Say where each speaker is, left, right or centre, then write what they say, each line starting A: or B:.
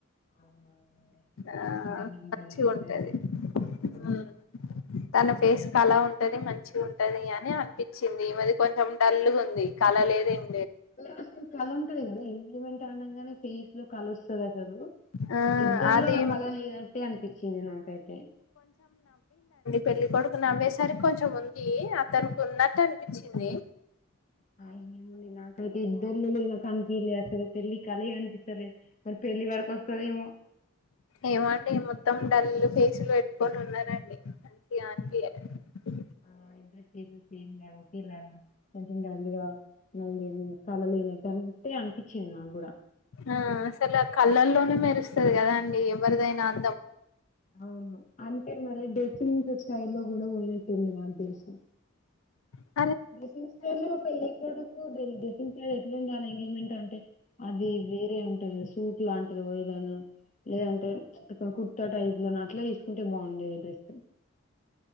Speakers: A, on the left (about 35°); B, on the left (about 80°).
A: అవునవునండి
B: ఆ
A: అనుకుంటూనే ఉంటారు
B: మచ్చి
A: ఏం
B: ఉంటది
A: జరిగింది అవును
B: ఉ తన ఫేస్ కలా ఉంటది, మంచిగా ఉంటది అని అనిపించింది. ఈమది కొంచెం డల్లుగా ఉంది. కలలేదు ఇం
A: క కల ఉంటది గా ఎమెంట్ ఆనగానే ఫేస్ లో కలు వస్తుంది. అసలు
B: ఆ
A: ఇద్దర్లో
B: అది
A: ఆ కళ లేదంటే అనిపించింది నాకైతే
B: పెళ్ళ కొడుకు నవ్వేసరికి కొంచెం ఉంది అతనికి ఉన్నట్టు అనిపించింది.
A: ఆ నాకైతే ఇద్దరు దున్ పి లేస పళ్లి కలిళ అనిపిస్తలే మరి పళ్లి వ వస్తదేమో
B: ఏమండి మొత్తం డల్లు ఫేసులు పెట్టుకొని ఉన్నారండి <unintelligible>
A: ఆ ఇద్దరు ఫేస్ సేమ్ లా ఒకేలా కొంచెం డల్ గా మళ్ళీ కళ లేనట్టు అంతే అనిపించింది నాకు కూడా
B: ఆ అసలు ఆ కళ్ళల్లోనే మెరుస్తుంది కదా అండి ఎవరిదైనా అందం
A: అ అంటే మరి డ్రెస్సింగ్స్ స్టైల్ లో కూడా ఉన్నట్టుంది మాకు తెలిసి
B: అ
A: డ్రెస్సింగ్ స్టైల్ లో పెళ్లికొడుకు <unintelligible> ఇంకా ఎట్ల ఉండాలి ఇంకేమిటంటే అది వేరే ఉంటది సూట్ లాంటిది పోయితేనా లేదంటే ఇక్కడ కుర్తా టైప్ లో అట్లా ఇ తీసుకుంటే బాగుండేది డ్రెస్